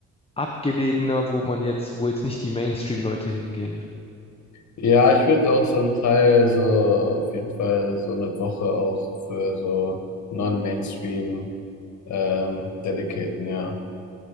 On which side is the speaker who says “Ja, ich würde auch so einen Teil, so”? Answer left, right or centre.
Left